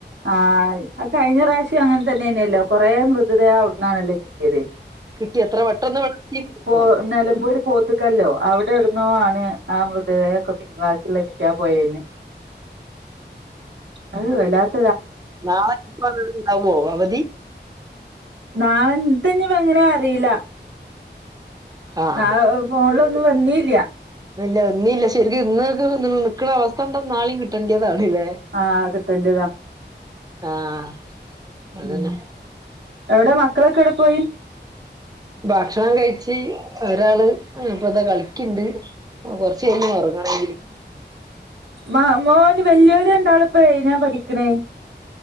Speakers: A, on the right; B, on the right.
A: ആഹ് കഴിഞ്ഞ പ്രാവശ്യം അങ്ങനെ തന്നെയന്നെയല്ലോ കൊറേ മൃതദേഹം അവിടുന്നാണല്ലോ കി ട്ടിയത്
B: കിട്ടി എത്ര പെട്ടെന്ന് ഇവിടെ എത്തിക്കണം
A: പോ നിലമ്പൂര് പോ ഒത്ത്ക്കല്ലോ അവിടെ ഇടുന്ന ആണ് ആ മൃതദേഹൊക്കെ പിൻവാക്കുള്ള കിട്ടിയാ പോയേന്ന് അത് വല്ലാത്ത
B: നാളെപ്പൊ ഇണ്ടാവോ അവധി
A: നാളത്തെ എനിപ്പൊ എങ്ങനെ അറീല്ല
B: ആഹ്
A: നാളെ ഫോണിലൊന്നും വന്നില്ല്യ
B: ഇല്ല വന്നീല്ല ശരിക്കും ഇന്നക്കെ നിക്ക്ണ അവസ്ഥ കണ്ടാ നാളെയും കിട്ടേണ്ടതാണ്ല്ലേ
A: ആഹ് കിട്ടണ്ട്യതാ
B: ആഹ് അതന്നെ
A: ഉം എവിടെ മക്കളൊക്കെ എവിടെ പോയി
B: ഭക്ഷണം കഴിച്ച് ഒരാള് ഇപ്പൊതാ കളിക്കിണ്ട് ആ കൊറച്ചയിഞ്ഞ് ഉറങ്ങണെങ്കിൽ
A: മാ മ്മോന് വെല്ല്യോല് രണ്ടാളും ഇപ്പൊ ഏതിനാ പഠിക്കണേ